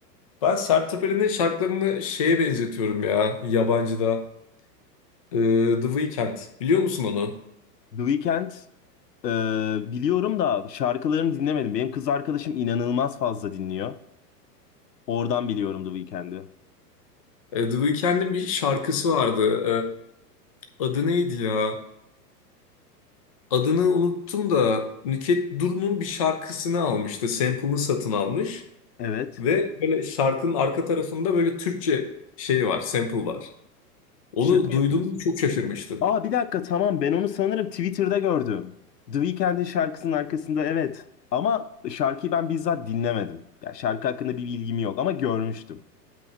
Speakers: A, on the left (about 25°); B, on the left (about 75°).
A: Ben Sertab Erener'in şarkılarını şeye benzetiyorum ya yabancıda. Ee, The Weeknd. Biliyor musun onu?
B: The Weeknd e, biliyorum da şarkılarını dinlemedim. Benim kız arkadaşım inanılmaz fazla dinliyor. Oradan biliyorum The Weeknd'i.
A: E, The Weeknd'in bir şarkısı vardı. E, adı neydi ya? Adını unuttum da Nükhet Duru'nun bir şarkısını almıştı. Sample'ını satın almış.
B: Evet.
A: Ve böyle şarkının arka tarafında böyle Türkçe şey var, sample var. Onu
B: Şaka
A: duyduğumda
B: yapıyorsun.
A: çok şaşırmıştım.
B: Aa bir dakika tamam ben onu sanırım Twitter'da gördüm. The Weeknd'in şarkısının arkasında evet. Ama şarkıyı ben bizzat dinlemedim. Ya şarkı hakkında bir bilgim yok ama görmüştüm.